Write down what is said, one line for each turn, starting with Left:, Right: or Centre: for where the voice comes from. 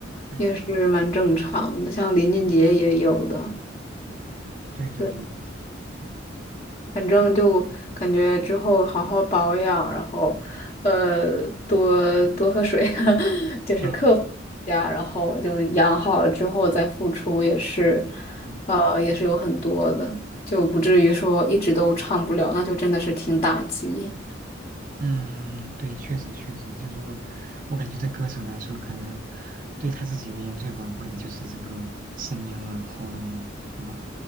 Right: 嗯，
Left: 也是蛮正常的，像林俊杰也有的。
Right: 对对对，
Left: 对
Right: 嗯
Left: 反正就感觉之后好好保养，然后，呃，多多喝水，<laughs> 就是克服一下，
Right: 啊
Left: 然后就养好了之后再付出也是，
Right: 嗯。
Left: 呃，也是有很多的，就不至于说一直都唱不了，那就真的是挺打击。
Right: 嗯，对，确实确实，就如果我感觉对歌手来说，可能对他自己而言最宝贵的就是这个声音了、喉咙了，对吧？